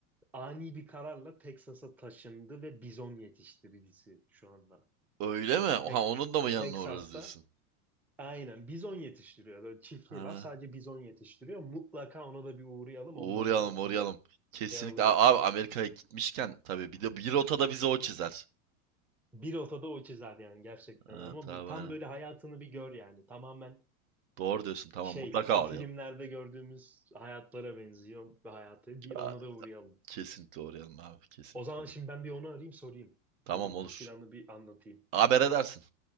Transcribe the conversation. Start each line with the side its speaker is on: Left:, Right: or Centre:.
Centre: ani bir kararla Texas'a taşındı ve bizon yetiştiricisi şu anda.
Right: Öyle mi? Oha
Centre: Tex
Right: onun da mı yanına
Centre: Texas'ta
Right: uğrarız diyorsun?
Centre: aynen bizon yetiştiriyor. Böyle çiftliği
Right: Ha.
Centre: var sadece bizon yetiştiriyor. Mutlaka ona da bir uğrayalım.
Right: Uğrayalım
Centre: Ondan da
Right: uğrayalım.
Centre: bir
Right: Kesinlikle.
Centre: şey alırız.
Right: A- Abi Amerika'ya gitmişken tabii bir de bir rotada bize o çizer.
Centre: Bir otada o çizer yani gerçekten
Right: Ha,
Centre: ama
Right: tamam
Centre: bu- tam
Right: aynen.
Centre: böyle hayatını bir gör yani. Tamamen
Right: Doğru diyorsun tamam
Centre: şey
Right: mutlaka
Centre: o filmlerde
Right: uğrayalım.
Centre: gördüğümüz hayatlara benziyor bir hayatı. Bir
Right: Ya,
Centre: ona da uğrayalım.
Right: kesinlikle uğrayalım abi kesinlikle
Centre: O zaman
Right: uğrayalım.
Centre: şimdi ben bir onu arayayım sorayım.
Right: Tamam
Centre: Bunu
Right: olur.
Centre: bir planı bir anlatayım.
Right: Haber edersin.